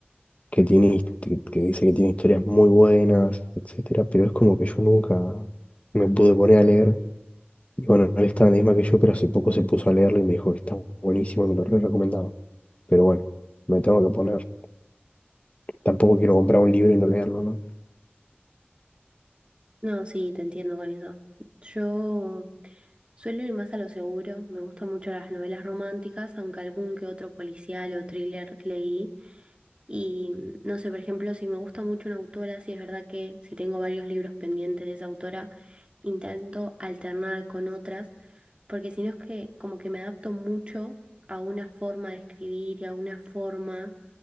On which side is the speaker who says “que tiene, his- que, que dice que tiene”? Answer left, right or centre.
Left